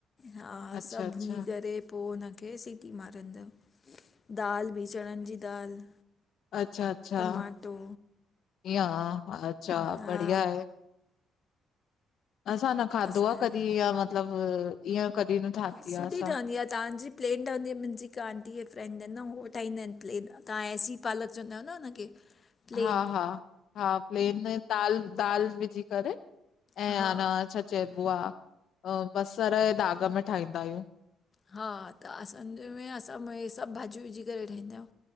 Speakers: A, on the left; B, on the left.
A: हा
B: अच्छा,
A: सभ
B: अच्छा,
A: भूण़ी करे पो हुनखे सिटी मारींदायू, दाल बि चण़न जी दाल
B: अच्छा-अच्छा,
A: टमाटो
B: ईय हा अच्छा
A: हा
B: बढ़िया आहे। असां न खादो
A: असां
B: आं कॾहिं, ईअ मतलब, ईअं कॾहिं न ठाती
A: सुठी
B: आ असां।
A: ठहदी आ तांजी? प्लेन ठवंदी आ, मुंहिंजी हिकु आंटी फ्रैंड ऐंन न, वो ठाहंदा ऐंन प्लेन, तां एसी पालक चवंदा आयो न हुनखे। प्लेन
B: हा हा हा प्लेन में दाल, दाल विझी करे ऐं
A: हा
B: आना छा चयबो आ अ बसर जे दाग़ में ठाहींदा आहियूं।
A: हाँ, त असांजे में, असां में सभु भाॼियूं विझी करे ठाहींदा आहियूं,